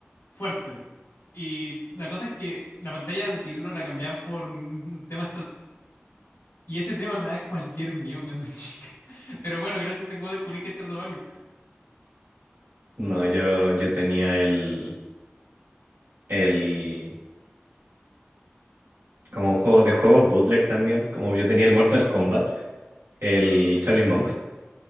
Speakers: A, on the left; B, on the right.
A: fuerte. Y la cosa es que la pantalla de título la cambiaban por un tema Y ese tema me da cualquier miedo cuando chica. <laughs> Pero bueno, gracias a ese juego descubrí que es Stratovarius.
B: No, yo, yo tenía el, el, como un juego de juegos bootleg también, como yo tenía el Mortal Kombat, el Shaolin Monks.